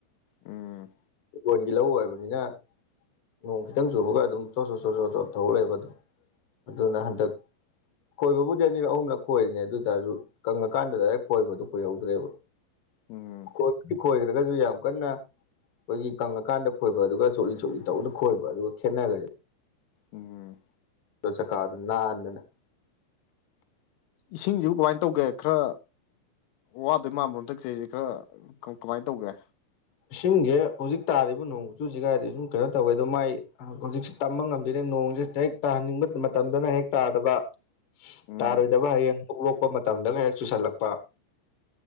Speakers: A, on the left (about 80°); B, on the left (about 65°).
A: ꯎꯝ
B: ꯣꯟꯒꯤ ꯂꯧ ꯑꯣꯏꯕꯅꯤꯅ ꯅꯣꯡ ꯈꯤꯇꯪ ꯆꯨꯕꯒ ꯑꯗꯨꯝ ꯆꯣꯠ ꯆꯣꯠ ꯆꯣꯠ ꯆꯣ ꯆꯣ ꯊꯧ ꯂꯩꯕꯗꯣ ꯑꯗꯨꯅ ꯍꯟꯗꯛ ꯈꯣꯏꯕꯕꯨꯗꯤ ꯑꯅꯤꯔꯛ ꯑꯍꯨꯝꯂꯛ ꯈꯣꯏꯔꯤꯅꯦ ꯑꯗꯨ ꯑꯣꯏ ꯇꯔꯁꯨ ꯀꯪꯉꯀꯥꯟꯗ ꯗꯥꯏꯔꯦꯛ ꯈꯣꯏꯕꯗꯨ ꯀꯣꯏꯍꯧꯗ꯭ꯔꯦꯕ
A: ꯎꯝ
B: ꯀ ꯈꯣꯏꯈ꯭ꯔꯒꯁꯨ ꯌꯥꯝ ꯀꯟꯅ ꯑꯩꯈꯣꯏꯒꯤ ꯀꯪꯉꯀꯥꯟꯗ ꯈꯣꯏꯕ ꯑꯗꯨꯒ ꯆꯣꯠꯂꯤ ꯆꯣꯠꯂꯤ ꯇꯧꯗ ꯈꯣꯏꯕ ꯑꯗꯨꯒ ꯈꯦꯠꯅꯈ꯭ꯔꯁꯦ
A: ꯎꯝ
B: ꯆꯀꯥꯗ ꯅꯥꯟꯗꯅꯦ
A: ꯏꯁꯤꯡꯁꯤꯕꯨ ꯀꯃꯥꯏꯅ ꯇꯧꯒꯦ ꯈꯔ ꯋꯥꯗꯣꯏ ꯃꯥꯟꯕ ꯑꯃꯝ ꯊꯛꯆꯩꯔꯤꯁꯦ ꯈꯔ ꯀꯃꯥꯏꯅ ꯇꯧꯒꯦ
B: ꯏꯁꯤꯡꯁꯦ ꯍꯧꯖꯤꯛ ꯇꯥꯔꯤꯕ ꯅꯣꯡ ꯆꯨꯁꯤꯒꯥꯏꯗꯤ ꯁꯨꯝ ꯀꯩꯅꯣ ꯇꯧꯋꯦ ꯑꯗꯣ ꯃꯥꯏ ꯍꯧꯖꯤꯛꯁ ꯇꯝꯕ ꯉꯝꯕꯤꯔꯦ ꯅꯣꯡꯁꯦ ꯍꯦꯛ ꯇꯥꯍꯟꯅꯤꯡꯕ ꯃꯇꯝꯗꯅ ꯍꯦꯛ ꯇꯥꯗꯕ
A: ꯎꯝ
B: ꯇꯥꯔ ꯑꯣꯏꯗꯕ ꯍ ꯊꯣꯛꯄ ꯃꯇꯝꯗꯒ ꯍꯦꯛ ꯆꯨꯁꯜꯂꯛꯄ